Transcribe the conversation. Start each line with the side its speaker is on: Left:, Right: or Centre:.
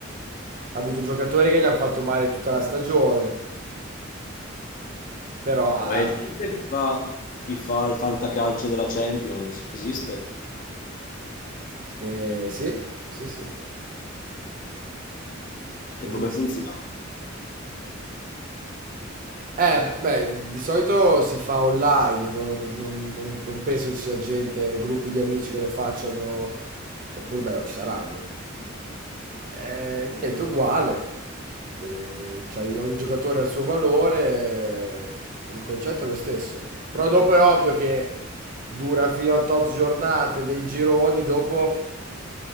Right: avuto giocatori che gli hanno fatto male tutta la stagione, però ha-
Left: Ma esiste
Right: ha-
Left: chi fa, chi fa il fantacalcio della Champions? Esiste?
Right: eh, sì, sì, sì,
Left: E
Right: esiste.
Left: come funziona?
Right: Eh, b- beh, di solito si fa online, non, non- non- non penso ci sia gente, gruppi di amici che lo facciano, oppure beh, no, ci saranno. Eh, niente, uguale. Eh, c'hai- ogni giocatore ha il suo valore, eh, il concetto è lo stesso. Però dopo è ovvio che dura fino a tot giornate dei gironi, dopo